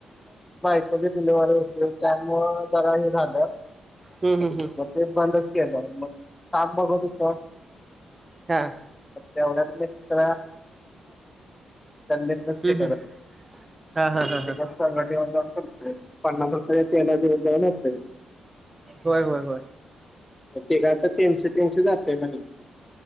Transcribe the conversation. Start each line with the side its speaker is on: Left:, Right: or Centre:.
Left: बायक जी होते त्यामुळ जरा हे झालं.
Right: हम् हम् हम.
Left: मग ते केलं काम बघ होत का.
Right: हा
Left: तेवढ्या म. स नसते
Right: हम्म
Left: ते.
Right: हम्म हा हा हा हा
Left: सग ठवन कर पन्नास प्र तेला दिवन जा अस.
Right: होय हो हो.
Left: ते काता तीनशे तीनशे जातय महिन्या.